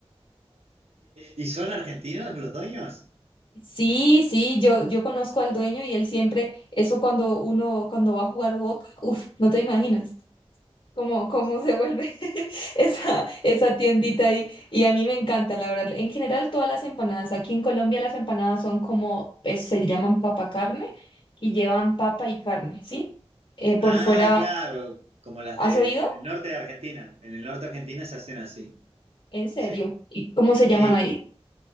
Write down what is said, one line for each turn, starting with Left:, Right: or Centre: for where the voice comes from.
Right: y son argentinos los dueños?
Left: Sí, sí, yo, yo conozco
Right: Ah,
Left: al dueño y él siempre, eso cuando uno, cuando va a jugar Boca, uff, no te imaginas. cómo, cómo se vuelve <laughs> esa, esa tiendita ahí. Y a mí me encanta, la verdad. En general, todas las empanadas. Aquí en Colombia las empanadas son como, eh, se llaman papa carne y llevan papa y carne, ¿sí? Eh, por
Right: ah,
Left: fuera,
Right: claro, como las
Left: ¿has
Right: de
Left: oído?
Right: en el norte de Argentina. En el norte de Argentina se hacen así,
Left: ¿En serio?
Right: sí.
Left: ¿Y cómo se
Right: Sí,
Left: llaman ahí?